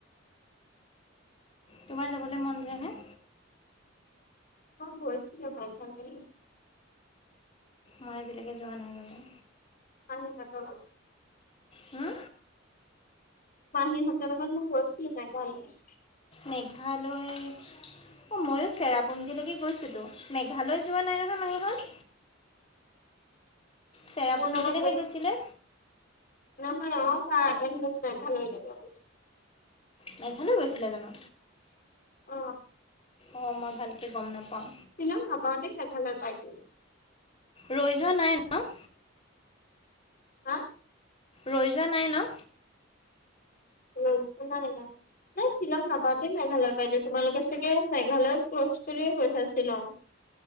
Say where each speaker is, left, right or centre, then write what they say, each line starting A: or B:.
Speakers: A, on the left; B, on the left.
A: তোমাৰ যাবলৈ মন যায়নে?
B: অ', গৈছিলো <unintelligible>
A: মই আজিলৈকে যোৱা নাই ৰ'বা।
B: <unintelligible>
A: হম।
B: মাহীহঁতৰ লগত মই গৈছিলো মেঘালয়।
A: মেঘালয় অ', ময়ো চেৰাপুঞ্জীলৈকে গৈছিলো মেঘালয় যোৱা নাই নহয় মাহীখন। চেৰাপুঞ্জীলেহে
B: মোৰ লগত
A: গৈছিলে।
B: নহয় অ', তাৰ আগত মোক মেঘালয়লৈ লৈ গৈছে।
A: মেঘালয় গৈছিলা জানো।
B: অ'।
A: অ', মই ভালকে গম নাপাও।
B: শ্বিলং নাপাওতে মেঘালয় পায়তো।
A: ৰৈ যোৱা নাই ন'?
B: হা?
A: ৰৈ যোৱা নাই ন'।
B: নাই, নাইও নাই শ্বিলং নাপাওঁতে মেঘালয় পায়তো তোমালোকে চাগে মেঘালয়ত ক্ৰছ কৰিয়ে গৈছা শ্বিলং।